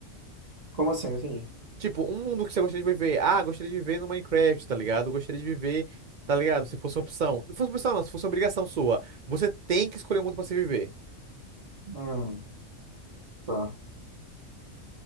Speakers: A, on the right (about 30°); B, on the right (about 50°).
A: Como assim? Não entendi.
B: Tipo, um mundo que você gostaria de viver. Ah, gostaria de viver no Minecraft, tá ligado? Gostaria de viver, tá ligado? Se fosse uma opção. Se fosse uma opção, não, se fosse uma obrigação sua. Você tem que escolher um mundo pra se viver.
A: Hum, tá.